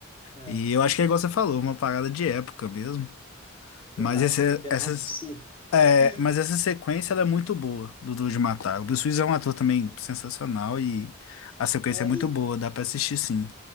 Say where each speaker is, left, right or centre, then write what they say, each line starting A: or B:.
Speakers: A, on the left; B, on the left.
A: É.
B: E eu acho que é igual você falou, uma parada de época mesmo. Mas,
A: Eu acho,
B: esse,
A: porque
B: essas,
A: não é possível.
B: é,
A: <laughs>
B: mas essa sequência ela é muito boa do Duro de Matar. O Bruce Willis é um ator também sensacional e a sequência
A: É,
B: é muito
A: e,
B: boa, dá pra assistir sim.